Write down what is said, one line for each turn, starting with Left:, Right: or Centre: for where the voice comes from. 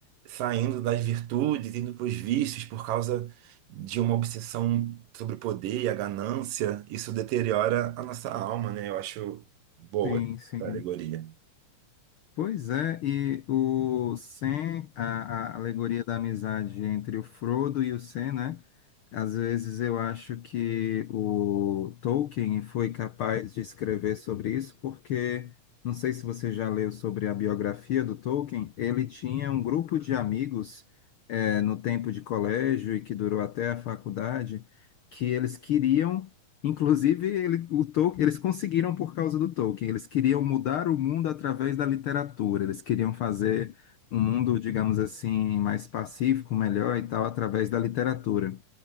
Right: saindo das virtudes, indo para os vícios por causa de uma obsessão sobre o poder e a ganância, isso deteriora a nossa alma, né? Eu acho boa
Left: Sim, sim.
Right: essa alegoria.
Left: Pois é, e o Sam, a, a alegoria da amizade entre o Frodo e o Sam, né? Às vezes eu acho que o Tolkien foi capaz de escrever sobre isso, porque não sei se você já leu sobre a biografia do Tolkien, ele tinha um grupo de amigos eh, no tempo de colégio e que durou até a faculdade, que eles queriam Inclusive, ele- o Tolkien, eles conseguiram por causa do Tolkien. Eles queriam mudar o mundo através da literatura. Eles queriam fazer um mundo, digamos assim, mais pacífico, melhor e tal, através da literatura.